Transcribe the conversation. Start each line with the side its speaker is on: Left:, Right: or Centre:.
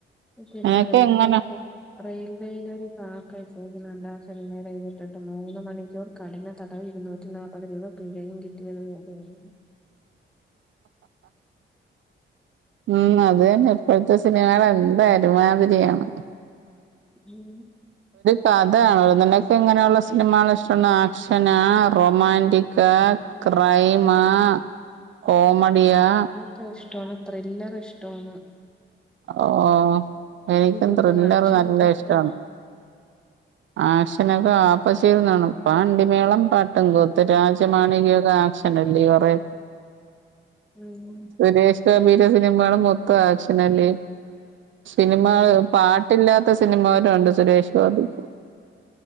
Centre: പക്ഷെ അല്ല
Right: അതൊക്കെ
Centre: റെയിൽവേയില
Right: എങ്ങനാ
Centre: റെയിൽവേയിലൊരു പാക്ക് രണ്ടാം സിനിമേലെഴ്തിട്ടിട്ട് മൂന്ന് മണിക്കൂർ കഠിന തടവ് ഇരുന്നൂറ്റി നാല്പ്പത് രൂപ പിഴയും കിട്ടിയതുപോലെയായി
Right: ഉം അത് തന്നെ ഇപ്പോഴത്തെ സിനിമകള് എന്ത ഒരുമാതിരിയാണ്
Centre: ഉം
Right: കഥയാണ് നിന്നക്കെങ്ങനെയുള്ള സിനിമകൾ ഇഷ്ടം ആക്ഷനാ റൊമാന്റിക്കാ ക്രൈമാ കോമഡിയാ
Centre: റ്റ ഇഷ്ടവാണ് ത്രില്ലറിഷ്ടമാണ്
Right: ഓഹ് എനിക്കും
Centre: ഗുഡ്
Right: ത്രില്ലർ
Centre: ആക്ഷനൊക്കെ
Right: നല്ല
Centre: ഇഷ്ടമാണ്
Right: ഇഷ്ടാണ് ആക്ഷനൊക്കെ ആപ്പ ചെയ്തുകാണും പാണ്ടിമേളം പാട്ടുംകൂത്തും രാജമാണികൊക്കെ ആ ക്ഷനല്ലേ കൊറേ
Centre: ഉം
Right: സുരേഷ് ഗോപിയുടെ സിനിമകള് മൊത്തം ആക്ഷനല്ലേ സിനിമകള്
Centre: ഉം
Right: പാ ട്ടില്ലാത്ത സിനിമവരുണ്ട് സുരേഷ് ഗോപിക്ക്